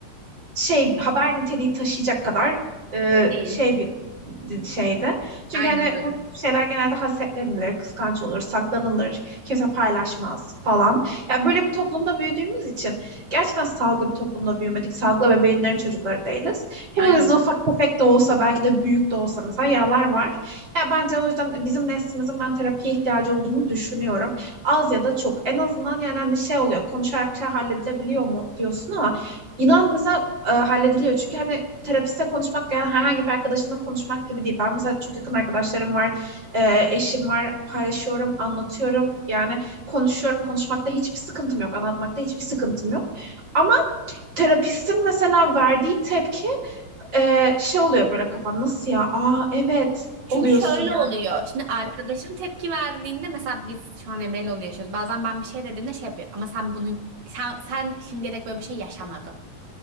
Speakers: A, on the right; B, on the right.
A: şey haber niteliği taşıyacak kadar e,
B: Değil.
A: şey bir şeydi. Çünkü
B: Aynen
A: hani
B: öyle.
A: bu şeyler genelde hasetlenilir, kıskanç olur, saklanılır, kimse paylaşmaz falan. Ya böyle bir toplumda büyüdüğümüz için gerçekten sağlıklı bir toplumda büyümedik. Sağlıklı bebeğinlerin çocukları değiliz. Hepimizde
B: Aynen öyle.
A: ufak tefek de olsa belki de büyük de olsa mesela yaralar var. Ya bence o yüzden bizim neslimizin ben terapiye ihtiyacı olduğunu düşünüyorum. Az ya da çok. En azından yani hani şey oluyor konuşarak bir şey halledilebiliyor mu diyorsun ama inan mesela e, hallediliyor. Çünkü hani terapiste konuşmak yani herhangi bir arkadaşınla konuşmak gibi değil. Ben mesela çok yakın arkadaşlarım var, e, eşim var, paylaşıyorum, anlatıyorum. Yani konuşuyorum, konuşmakta hiçbir sıkıntım yok, anlatmakta hiçbir sıkıntım yok. Ama terapistin mesela verdiği tepki e, şey oluyor böyle kafan nasıl ya? Aa evet
B: Çünkü
A: oluyorsun.
B: şöyle oluyor. <laughs> Şimdi arkadaşım tepki verdiğinde mesela biz şu an Emre'yle onu yaşıyoruz. Bazen ben bir şey dediğimde şey yapıyor. Ama sen bunu sen, sen şimdiye dek böyle bir şey yaşamadın.